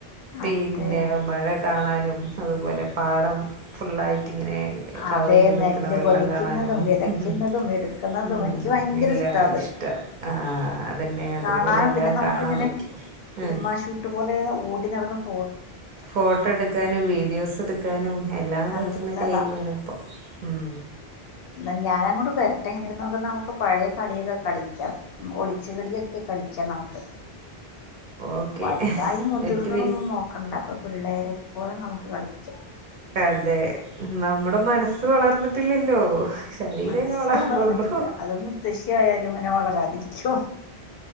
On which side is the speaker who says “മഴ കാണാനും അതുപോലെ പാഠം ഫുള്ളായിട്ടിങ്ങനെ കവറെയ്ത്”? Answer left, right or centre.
Right